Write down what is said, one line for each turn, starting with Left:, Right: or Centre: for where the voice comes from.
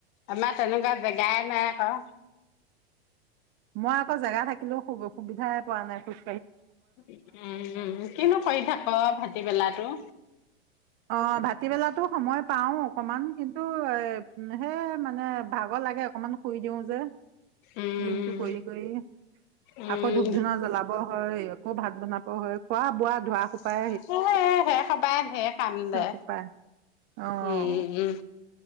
Left: আমাৰ তেনেকুৱা জেগাই নাই আকৌ।
Right: মই আকৌ জেগা থাকিলেও সু-সুবিধাই পোৱা নাই খুজ
Left: উম, কিনো কৰি থাক <unintelligible> বেলাটো।
Right: অঁ, ভাটিবেলাটো সময় পাও অকনমান কিন্তু এ সে মানে ভাগৰ লাগে অকমান শুই দিওঁ যে।
Left: উম,
Right: দিনটো কৰি কৰি,
Left: উম,
Right: আকৌ ধূপ ধূনা জ্বলাব হয় আকৌ ভাত বনাব হয় খোৱা বোৱা ধোৱা সোপাই
Left: <unintelligible> হে সবাই ঢেৰ কাম।
Right: <unintelligible>
Left: দে।
Right: অঁ
Left: উম, উম,